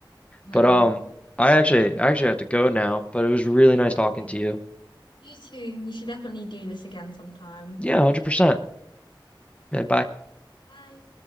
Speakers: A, on the left (about 80°); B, on the left (about 15°).
A: yeah.
B: But um I actually I actually have to go now, but it was really nice
A: Okay.
B: talking to you.
A: You too. We should definitely do this again sometime.
B: Yeah, 100%. Yeah, bye.
A: Bye.